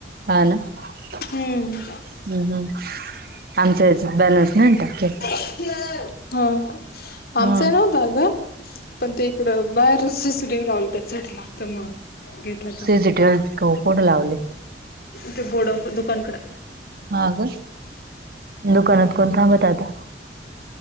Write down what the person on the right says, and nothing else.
हा ना, <inaudible>
हम् हम् <inaudible> आमचा याच बॅलन्स नाही ट.
हम्म
सी सीटीव कुठं लावले.
हा ग <inaudible> दुकानात कोण थांबत आता.